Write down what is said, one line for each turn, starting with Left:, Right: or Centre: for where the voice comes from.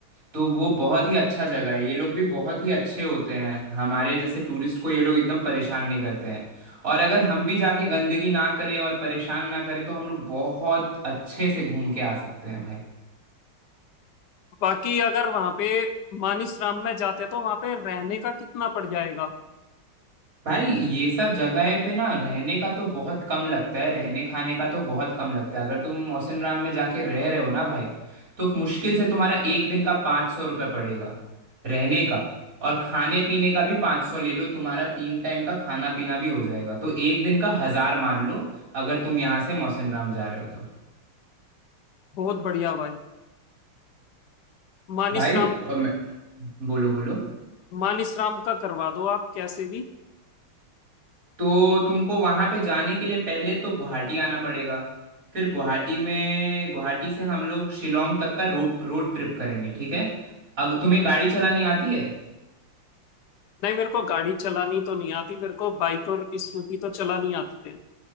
Right: तो वो बहुत ही अच्छा जगह है ये लोग भी बहुत ही अच्छे होते हैं हमारे जैसे टूरिस्ट को ये लोग एकदम परेशान नहीं करते हैं और अगर हम भी जाके गंदगी ना करें और परेशान ना करें तो हम लोग बहुत अच्छे से घूम के आ सकते हैं भाई
Left: बाकी अगर वहां पे मानिसराम में जाते तो वहां पे रहने का कितना पड़ जाएगा
Right: भाई ये सब जगह पे ना रहने का तो बहुत कम लगता है रहने खाने का तो बहुत कम लगता है अगर तुम मौसिन राम में जाके रह रहे हो ना भाई तो मुश्किल से तुम्हारा एक दिन का पाँच सौ रुपये पड़ेगा रहने का और खाने पीने का भी पाँच सौ ले लो तुम्हारा तीन टाइम का खाना पीना भी हो जाएगा तो एक दिन का हज़ार मान लो अगर तुम यहाँ से मौसिन राम जा रहे हो तो
Left: बहुत बढ़िया भाई मानिसराम
Right: भाई अ, मैं- बोलो बोलो
Left: मान इसराम का करवा दो आप कैसे भी
Right: तो तुमको वहाँ पे जाने के लिए पहले तो गुवाहाटी आना पड़ेगा फिर गुवाहाटी में गुवाहाटी से हम लोग शिलोंग तक का रो, रोड ट्रिप करेंगे ठीक है अगर तुम्हें गाड़ी चलानी आती है
Left: नहीं मेरे को गाड़ी चलानी तो नहीं आती मेरे को बाइक और स्कूटी तो चलानी आती है